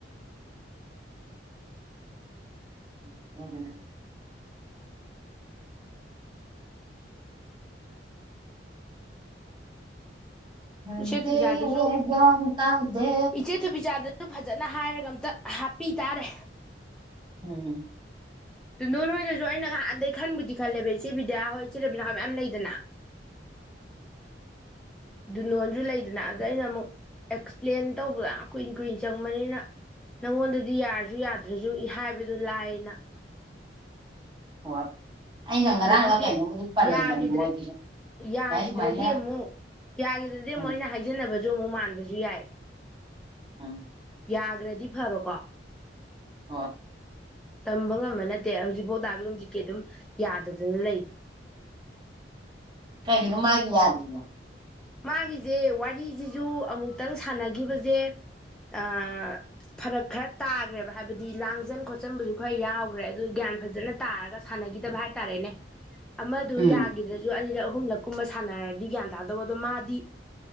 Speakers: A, on the right; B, in the centre.
A: <unintelligible> ꯈꯪꯗꯦ
B: ꯏꯆꯦ ꯊꯨꯕꯤꯆꯥꯗꯁꯨ
A: ꯒ꯭ꯌꯥꯟ ꯇꯥꯗꯦ
B: ꯏꯆꯦ ꯊꯣꯕꯤꯆꯥꯗꯁꯨ ꯐꯖ ꯅ ꯍꯥꯏꯔꯒ ꯑꯝꯇ ꯍꯥꯞꯄꯤ ꯇꯥꯔꯦ
A: ꯎꯝ
B: ꯇꯨꯟꯗꯣꯜ ꯍꯣꯏꯗꯁꯨ ꯑꯩꯅ ꯉꯥꯍꯥꯟꯗꯩ ꯈꯟꯕꯨꯗꯤ ꯈꯜꯂꯦꯕ ꯏꯆꯦ ꯕꯤꯗ꯭ꯌꯥ ꯍꯣꯏ ꯔꯕꯤꯅꯥ ꯍꯣꯏ ꯃꯌꯥꯝ ꯂꯩꯗꯅ <inaudible> ꯗꯨꯟꯗꯣꯟ ꯖꯨ ꯂꯩꯗꯅ ꯑꯗ ꯑꯩꯅ ꯑꯃꯨꯛ ꯑꯦꯛꯁꯄ꯭ꯂꯦꯟ ꯇꯧꯕꯗ ꯀꯨꯏ ꯀꯨꯏ ꯆꯪꯕꯅꯤꯅ ꯅꯪꯉꯣꯟꯗꯗꯤ ꯌꯥꯔꯁꯨ ꯌꯥꯗ꯭ꯔꯁꯨ ꯍꯥꯏꯕꯗꯨ ꯂꯥꯏꯅ
A: ꯍꯣꯏ ꯑꯩꯅ ꯉꯔꯥꯡꯒ
B: ꯑꯗꯒꯤꯗꯤ
A: ꯀꯩꯅꯣꯕꯨꯗꯤ ꯄꯜꯂꯝꯕꯅꯤ
B: ꯌꯥꯒꯤꯗ꯭ꯔꯦ
A: ꯃꯣꯏꯗꯁꯨ
B: ꯌꯥꯒꯤꯗ꯭ꯔꯗꯤ
A: ꯁꯨꯃꯥꯏ ꯁꯨꯃꯥꯏꯅ
B: ꯑꯃꯨꯛ ꯌꯥꯒꯤꯗ꯭ꯔꯗꯤ ꯑꯃꯨꯛ
A: ꯎꯝ
B: ꯑꯩꯅ ꯍꯥꯏꯖꯟꯅꯕꯁꯨ ꯑꯃꯨꯛ ꯃꯥꯟꯕꯁꯨ ꯌꯥꯏ
A: ꯎꯝ
B: ꯌꯥꯒ꯭ꯔꯗꯤ ꯐꯕꯀꯣ
A: ꯍꯣꯏ
B: ꯇꯝꯕ ꯉꯝꯕ ꯅꯠꯇꯦ ꯍꯧꯖꯤꯛꯐꯥꯎ ꯗꯥ <unintelligible> ꯑꯗꯨꯝ ꯌꯥꯗꯗꯅ ꯂꯩ <inaudible>
A: ꯀꯩꯅꯣ ꯃꯥꯥꯏ ꯌꯥꯗꯔꯤꯕꯣ
B: ꯃꯥꯒꯤꯖꯦ ꯋꯥꯔꯤꯖꯤꯖꯨꯁ ꯑꯃꯨꯛꯇꯪ ꯁꯥꯟꯅꯒꯤꯕꯁꯦ ꯑꯥ ꯐꯔꯛ ꯈꯔ ꯇꯥꯒ꯭ꯔꯦꯕ ꯍꯥꯏꯕꯗꯤ ꯂꯥꯡꯖꯟ ꯈꯣꯠꯆꯟꯕꯁꯨ ꯈꯔ ꯌꯥꯎꯒ꯭ꯔꯦ ꯑꯗꯨ ꯒ꯭ꯌꯥꯟ ꯐꯖꯅ ꯇꯥꯔꯒ ꯁꯥꯟꯅ ꯒꯤꯗꯕ ꯍꯥꯏ ꯇꯔꯦꯅꯦ ꯑꯃꯗꯨ
A: ꯎꯝ
B: ꯌꯥꯒꯤꯗ꯭ꯔꯖꯨ ꯑꯅꯤꯔꯛ ꯑꯍꯨꯝꯂꯛ ꯀꯨꯝꯕ ꯁꯥꯟꯅꯔꯗꯤ ꯒꯌꯥꯟ ꯇꯥ ꯗꯣ ꯃꯥꯗꯤ